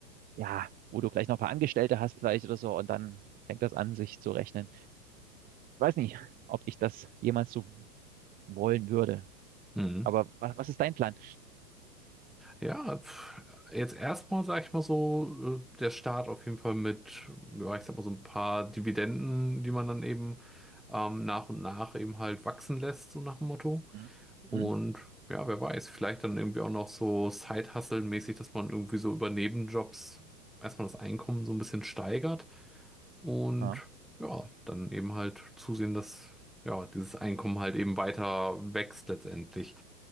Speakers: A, on the right; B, in the centre.
A: ja, wo du gleich noch ein paar Angestellte hast vielleicht oder so und dann fängt das an, sich zu rechnen. Ich weiß nicht, ob ich das jemals so wollen würde.
B: Mhm.
A: Aber was, was ist dein Plan?
B: Ja, pf, jetzt erstmal sage ich mal so, äh, der Start auf jeden Fall mit, ja, ich sag mal so ein paar Dividenden, die man dann eben ähm, nach und nach eben halt wachsen lässt, so nach dem Motto.
A: Hm?
B: Und
A: Hm?
B: ja, wer weiß, vielleicht dann irgendwie auch noch so Side-Hustle-mäßig, dass man irgendwie so über Nebenjobs erstmal das Einkommen so ein bisschen steigert und
A: Ah,
B: ja, dann eben halt zusehen, dass ja, dieses Einkommen halt eben weiter wächst letztendlich.